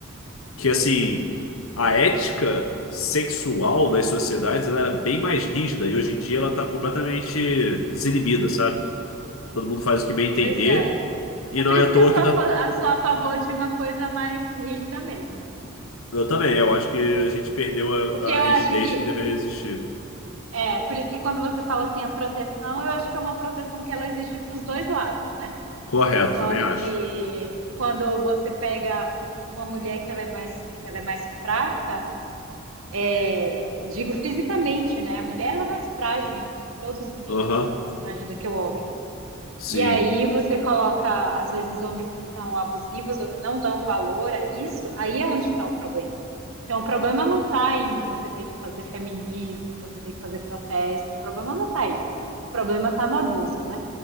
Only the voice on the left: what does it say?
que assim, a ética sexual das sociedades ela era bem mais rígida e hoje em dia ela está completamente desinibida, sabe? Todo mundo faz o que bem entender
e
não
é à toa
que tá
eu também, eu acho que a gente perdeu
a,
a rigidez
que deveria existir.
Correto,
também
acho.
Aham,
sim,